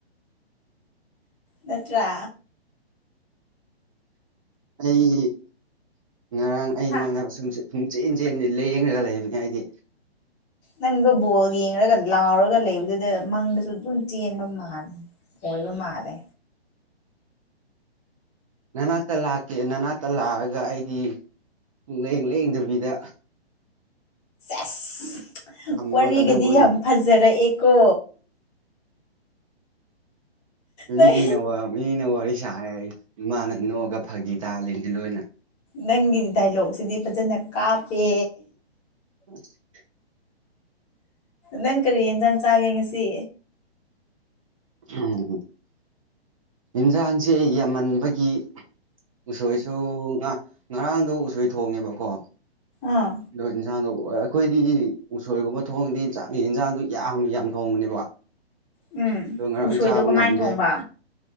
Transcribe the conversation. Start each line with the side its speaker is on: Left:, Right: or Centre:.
Left: ꯅꯠꯇ꯭ꯔꯥ
Right: ꯑꯩ ꯉꯔꯥꯡ ꯑꯩ
Left: ꯍꯥ
Right: ꯃꯪꯗ <unintelligible> ꯁꯨꯡꯆꯦꯟ ꯆꯦꯟꯗꯦ ꯂꯦꯡꯔꯒ ꯂꯩꯕꯅꯦ ꯑꯩꯗꯤ
Left: ꯅꯪꯗꯣ ꯕꯣꯜ ꯌꯦꯡꯔꯒ ꯂꯥꯎꯔꯒ ꯂꯩꯕꯗꯨꯗ ꯃꯪꯗꯁꯨ ꯑꯗꯨꯝ ꯆꯦꯟꯕ ꯃꯥꯜꯂꯦ ꯑꯣꯏꯕ ꯃꯥꯜꯂꯦ
Right: ꯅꯅꯥꯛꯇ ꯂꯥꯛꯀꯦ ꯅꯅꯥꯛꯇ ꯂꯥꯛꯑꯒ ꯑꯩꯗꯤ ꯂꯦꯡ ꯂꯦꯡꯗꯕꯤꯗ
Left: ꯑꯁ
Right: ꯊꯝꯃꯒ
Left: ꯋꯥꯔꯤꯒꯗꯤ
Right: ꯅꯪꯕꯨ
Left: ꯌꯥꯝ ꯐꯖꯔꯛꯑꯦꯀꯣ
Right: ꯃꯤꯅ
Left: ꯅꯪ
Right: ꯋꯥ ꯃꯤꯅ ꯋꯥꯔꯤ ꯁꯥꯔꯒ ꯃꯥꯅ ꯅꯣꯛꯑꯒ ꯐꯥꯒꯤ ꯇꯥꯍꯜꯂꯤꯅꯤ ꯂꯣꯏꯅ
Left: ꯅꯪꯒꯤ ꯗꯥꯏꯂꯣꯛꯁꯤꯗꯤ ꯐꯖꯅ ꯀꯥꯞꯄꯦ
Right: <inaudible>
Left: ꯅꯪ ꯀꯔꯤ ꯏꯟꯖꯥꯡ ꯆꯥꯒꯦ ꯉꯁꯤ
Right: ꯎꯝ ꯏꯟꯖꯥꯡꯁꯦ ꯌꯥꯝꯃꯟꯕꯒꯤ ꯎꯁꯣꯏꯁꯨ ꯉꯥ ꯉꯔꯥꯡꯗꯣ ꯎꯁꯣꯏ ꯊꯣꯡꯉꯦꯕꯀꯣ
Left: ꯑꯥ
Right: ꯑꯗꯨ ꯏꯟꯖꯥꯡꯗꯣ ꯑꯩꯈꯣꯏꯗꯤ ꯎꯁꯣꯏꯒꯨꯝꯕ ꯊꯣꯡꯉꯗꯤ ꯆꯥꯡ ꯌꯦꯟꯖꯥꯡꯗꯣ ꯌꯥꯝ ꯌꯥꯝ ꯊꯣꯡꯕꯅꯦꯕ
Left: ꯎꯝ
Right: ꯑꯗꯣ ꯉꯔꯥꯡ
Left: ꯎꯁꯣꯏꯗꯣ
Right: ꯆꯥꯕ
Left: ꯀꯃꯥꯏꯅ
Right: ꯉꯝꯗꯦ
Left: ꯊꯣꯡꯕ